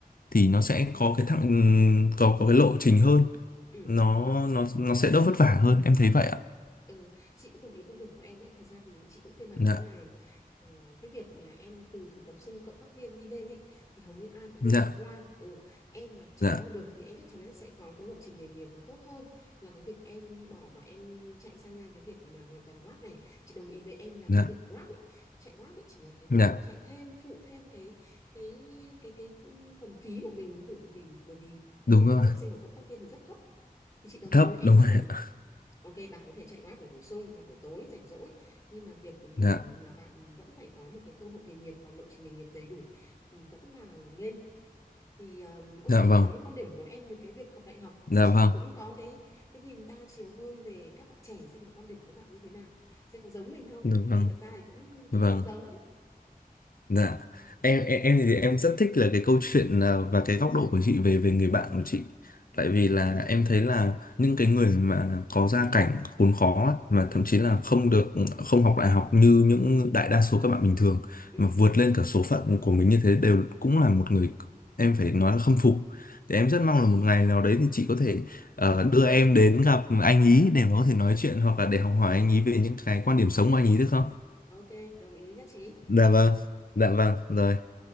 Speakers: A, on the left; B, on the left.
A: thì nó sẽ có cái thặng có có cái lộ trình hơn
B: ừ
A: nó nó nó sẽ đỡ vất vả hơn em thấy vậy ạ
B: Ừ, chị cũng đồng ý quan điểm của em đấy. Thật ra thì chị cũng khuyên bạn
A: dạ
B: ý là ờ, cái việc mà em từ thực tập sinh cộng tác viên đi lên ý, thì hầu như ai cũng đều
A: dạ
B: trải qua. Ừ, em mà trải
A: dạ
B: qua được thì em chắc chắn là sẽ có cái lộ trình nghề nghiệp nó tốt hơn là cái việc em bỏ mà em chạy sang ngang cái việc mà hoàn toàn Grab này. Chị đồng ý với em là
A: dạ
B: cái việc Grab ý, chạy Grab ý chỉ là cái việc
A: dạ
B: chạy thêm phụ thêm cái cái cái cái phần phí của mình ví dụ vì bởi vì lương
A: đúng
B: thực
A: rồi
B: tập sinh và cộng tác viên thì rất thấp thì chị đồng
A: thấp
B: ý với em
A: đúng rồi
B: là
A: ạ
B: Ok, bạn có thể chạy Grab để bổ sung vào buổi tối rảnh rỗi nhưng mà việc ừm,
A: dạ
B: mà bạn vẫn phải có một cái cơ hội nghề nghiệp và lộ trình nghề nghiệp đầy đủ thì vẫn là nên thì ừm, ok
A: dạ vâng
B: cảm ơn quan điểm của em về cái việc học đại học
A: dạ
B: thì chị
A: vâng
B: cũng có cái cái nhìn đa chiều hơn về các bạn trẻ xem là quan điểm của bạn như thế nào xem có giống mình không
A: dạ vâng
B: thì thật ra thì cũng cũng
A: dạ vâng
B: giống giống đấy
A: Dạ. Em, em em thì em rất thích là cái câu chuyện à, và cái góc độ của chị về về người bạn của chị. Tại vì
B: ừ
A: là em thấy là những cái người mà có gia cảnh khốn khó ấy, mà
B: ừ
A: thậm chí là không được không học đại học như những đại đa số các bạn bình thường
B: ừ
A: mà vượt lên cả số phận của mình như thế đều cũng là một người em phải nói là khâm phục. Thì em rất mong là một ngày nào đấy thì chị có thể ờ, đưa em đến gặp anh ý để mà có thể nói chuyện hoặc là để học hỏi anh ý về những cái quan điểm sống của anh ý được không?
B: ok đồng ý nhất trí
A: Dạ vâng, dạ vâng, rồi.